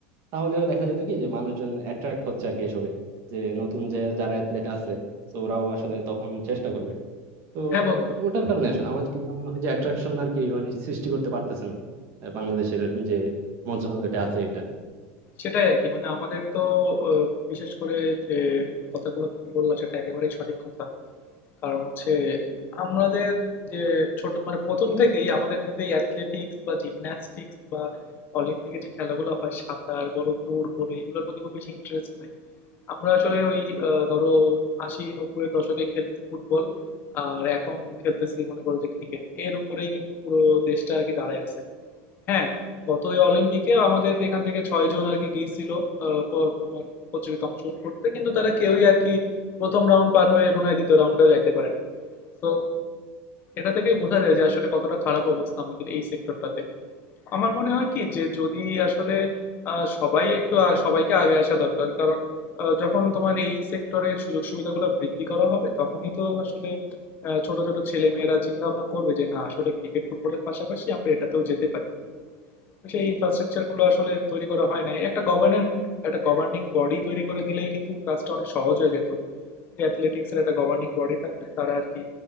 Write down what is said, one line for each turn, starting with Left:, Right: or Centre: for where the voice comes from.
Right: তাহলেও দেখা যেত কি যে মানুষজন অ্যাট্রাক্ট হচ্ছে আর কি এসবে যে নতুন যে যারা অ্যাথলেট আছে তো ওরাও আসলে তখন চেষ্টা করবে তো
Left: হ্যাঁ বন্ধু
Right: ওটার কারণে আসলে আমার কি যা মনে হয় যে অ্যাট্রাকশন আর কি মানে সৃষ্টি করতে পারতেছে না আহ, বাংলাদেশের যে মন্ত্রণালয়টা আছে এটা
Left: সেটাই আর কি মানে আমাদের তো আহ, বিশেষ করে যে কথাগুলো তুমি বললা সেটা একেবারেই সঠিক কথা কারণ হচ্ছে আমাদের যে ছোট মানে প্রথম থেকেই আমাদের কিন্তু এই অ্যাথলেটিক্স বা জিমন্যাস্টিক্স বা অলিম্পিকে যে খেলাগুলো হয় সাঁতার বলো দৌড় বলো এগুলোর প্রতি খুব বেশি ইন্টারেস্ট নাই আমরা আসলে ওই আহ, ধরো আশি নব্বই এর দশকে খেলতে ফুটবল আর এখন খেলতেছি মনে করো যে ক্রিকেট এর উপরেই কিন্তু পুরো দেশটা আর কি দাঁড়ায় আছে হ্যাঁ, গত এই অলিম্পিকেও আমাদের এখান থেকে ছয়জন আর কি গিয়েছিল আহ, প- তোমার প্রতিযোগিতায় অংশগ্রহণ করতে কিন্তু তারা কেউই আর কি প্রথম রাউন্ড পার হয়ে মনে হয় দ্বিতীয় রাউন্ডেও যাইতে পারেনি তো এটা থেকেই বোঝা যায় যে আসলে কতটা খারাপ অবস্থা আমাদের এই সেক্টরটাতে আমার মনে হয় কি যে যদি আসলে আহ, সবাই একটু আহ, সবাইকে আগে আসা দরকার কারণ আহ, যখন তোমার এই সেক্টরে সুযোগ সুবিধাগুলো বৃদ্ধি করা হবে তখনই তো আসলে আহ, ছোট ছোট ছেলে মেয়েরা চিন্তা ভাবনা করবে যে না আসলে ক্রিকেট ফুটবলের পাশাপাশি আমরা এটাতেও যেতে পারি সেই ইনফ্রাস্ট্রাকচার গুলো আসলে তৈরি করা হয় না একটা গভর্নিং একটা গভর্নিং বডি তৈরি করে দিলেই কিন্তু কাজটা অনেক সহজ হয়ে যেত যে অ্যাথলেটিক্স এর একটা গভর্নিং বডি থাকলে তারা আর কি